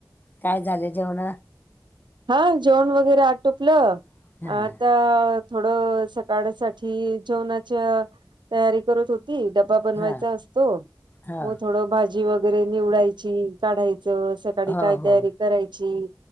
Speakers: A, on the left (about 25°); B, on the right (about 85°).
A: काय झाले जेवण.
B: हा जेण वगैरे आटोपलं
A: हां
B: आता. थोडं सकाळ सा जेवणाच्या तयारी करत होती ड. बनवा
A: हां
B: असतो
A: हो
B: मग थोड भाजी वगैरे निवडायची काढायच स. काय
A: हो
B: तयारी करायची